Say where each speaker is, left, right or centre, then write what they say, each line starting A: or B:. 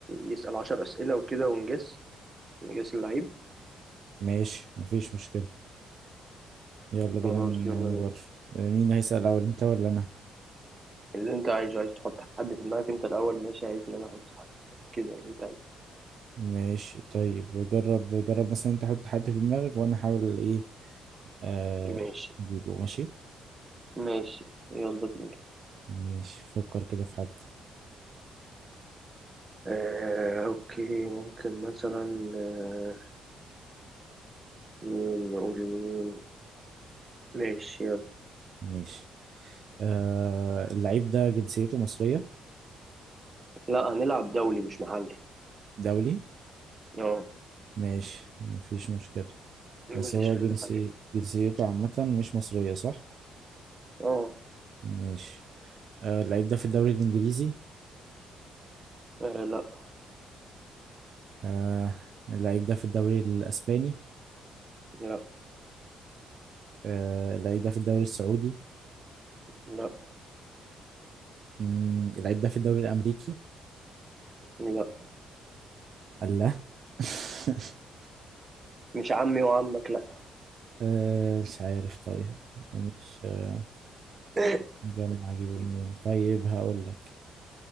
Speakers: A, on the right; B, on the right.
A: يسأل عشر أسئلة وكده ونجس نجس اللعيب
B: ماشي مفيش مشكلة يلا بينا
A: خلاص
B: ن-
A: يلا
B: نجرب
A: بينا
B: آه، مين هيسأل أول أنت ولا أنا
A: اللي انت عايزه عايز تحط حد في دماغك انت الأول ماشي عايز ان انا احط حد كده اللي انت عايزه
B: ماشي طيب جرب جرب مثلا أنت حط حد في دماغك وأنا أحاول إيه آه
A: ماشي
B: أجيبه ماشي
A: ماشي يلا بينا
B: ماشي فكر كده في حد
A: آه، اوكي ممكن مثلا آه، مين نقول مين ماشي يلا
B: ماشي آه اللعيب ده جنسيته مصرية
A: لا هنلعب دولي مش محلي
B: دولي
A: اه
B: ماشي مفيش مشكلة
A: ماليش
B: بس هو
A: في
B: جنسي
A: المحل
B: جنسيته عامة مش مصرية صح
A: اه
B: ماشي آه اللعيب ده في الدوري الإنجليزي
A: آه، لا
B: آه اللعيب ده في الدوري الأسباني
A: لا
B: آه اللعيب ده في الدوري السعودي
A: لا
B: مم، اللعيب ده في الدوري الأمريكي
A: لا
B: الله <laughs>
A: مش عمي وعمك لا
B: آه مش عارف طيب مش آه،
A: <coughs>
B: مجمع أجيبه منين طيب هقول لك